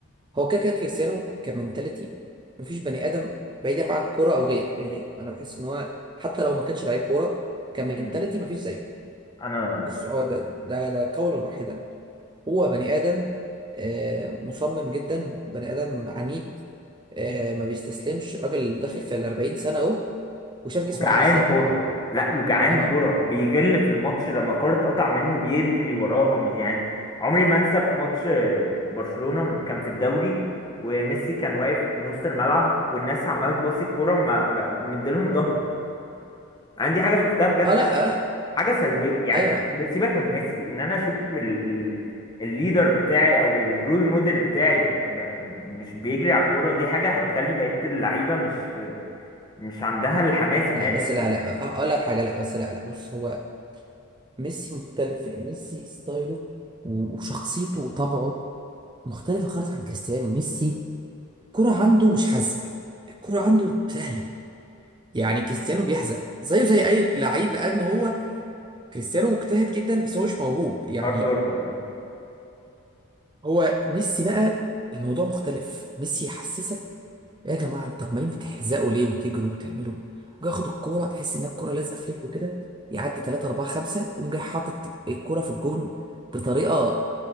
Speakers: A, on the right; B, on the left.
A: هو كده كده كريستيانو كمنتاليتي مفيش بني ادم بعيدا بقى عن كوره او غير يعني انا بحس ان هو حتى لو ما كانش لعيب كوره كمنتاليتي
B: مم.
A: مفيش زيه
B: انا
A: بص هو ده ده, ده قولا واحدا هو بني آدم آه، مصمم جدا بني آدم عنيد آه، ما بيستسلمش راجل داخل في ال 40 سنة أهو وشاف
B: وجعان
A: جسمه عامل إزاي
B: كوره لا وجعان
A: اه
B: كوره بيغل في الماتش لما الكوره تقطع منه بيجري وراها م- يعني عمري ما انسى في ماتش آه، برشلونة كان في الدوري وميسي كان واقف في نص الملعب والناس عماله تباصي الكوره ما ب- مديلهم ظهره انا دي حاجه شفتها بجد
A: اه لا آه، لا
B: حاجه سلبيه يعني
A: ايوه لا
B: ب- سيبك من ميسي ان انا اشوف ال ال الليدر بتاعي او الرول موديل بتاعي م- مش بيجري على الكوره دي حاجه هتخلي بقيه اللعيبه مش مش عندها الحماس ان
A: لا
B: هي تجري
A: بس لا لا
B: فاهم
A: آه، اقول لك حاجه لا بس لا لا بص هو ميسي مختلف يعني ميسي ستايله و- وشخصيته وطبعه مختلفه خالص عن كريستيانو ميسي الكرة عنده مش حزق الكرة عنده سهله يعني كريستيانو بيحزق زيه زي اي لعيب لان هو كريستيانو مجتهد جدا بس هو مش موهوب يعني
B: هارد وركر اه
A: هو ميسي بقى الموضوع مختلف ميسي يحسسك يا جماعه انتوا عمالين بتحزقوا ليه وتجروا وبتعملوا جاي ياخد الكوره تحس ان الكوره لازقه في رجله كده يعدي 3 4 5 وقوم جاي حاطط الكوره في الجون بطريقه